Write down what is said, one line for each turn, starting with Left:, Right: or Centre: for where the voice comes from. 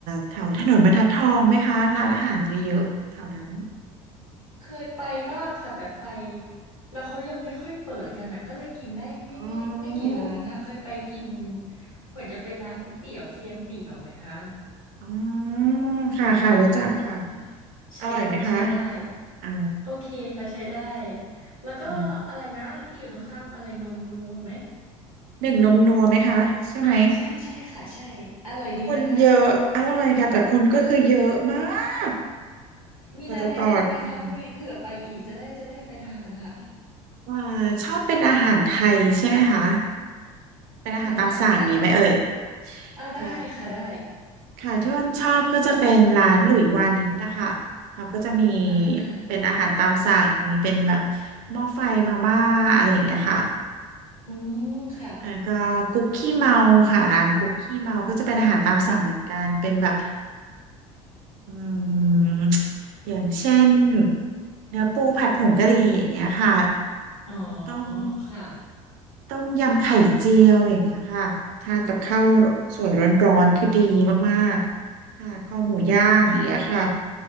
Right: แถวถนนบรรทัดทองไหมคะร้านอาหารเยอะๆแถวนั้น
Left: เคยไปบ้างค่ะแต่ไปแล้วเขายังไม่ค่อยเปิดกันอ่ะก็เลยกินได้ไม่ไม่ไม่กี่ร้านนะคะเคยไปกิน
Right: อ๋อ
Left: เหมือนจะเป็นร้านก๋วยเตี๋ยวเซียนเตี๋ยวไหมคะ
Right: อ๋อค่ะค่ะรู้จักค่ะ
Left: อ่าค่ะก็ใช้ได้ใช้ได้
Right: อร่อยไหมคะอ่า
Left: โอเคค่ะใช้ได้แล้วก็อะไรนะที่อยู่ตรงข้ามอะไรนมนัวไหม
Right: อืมหนึ่งนมนัวไหมคะใช่ไหม
Left: อ่าใช่ใช่ค่ะใช่อร่อยดีนะคะ
Right: คนเยอะอร่อยค่ะแต่คนก็คือเยอะมาก
Left: มีร้านแนะนำไหมคะพอดีเผื่อไปอีกจะได้จะได้ไปทานนะคะ
Right: กว่าจะตอบอืมว่าชอบเป็นอาหารไทยใช่ไหมคะเป็นอาหารตามสั่งอย่างนี้ไหมเอ่ย
Left: อาหารไทยได้ค่ะอ่าได้ค่ะได้
Right: เอ่อค่ะที่อ้นชอบก็จะเป็นร้านหลุยวานิชนะคะเขาก็จะมี
Left: อ่า
Right: เป็นอาหารตามสั่งมีเป็นแบบหม้อไฟมาม่าอะไรอย่างเงี้ยค่ะ
Left: อืมค่ะ
Right: อาก็คุกกี้เมาค่ะร้านคุกกี้เมาก็จะเป็นอาหารตามสั่งเหมือนกันเป็นแบบอืมอย่างเช่นเนื้อปูผัดผงกะหรี่อย่างเงี้ยค่ะ
Left: อ๋อ
Right: ต้ม
Left: ค่ะ
Right: ต้มยำไข่เจียวอย่างเงี้ยค่ะทานกับข้าวสวยร้อนๆคือดีมากๆทานข้าวหมูย่างอย่างเงี้ยค่ะ
Left: อืมค่ะ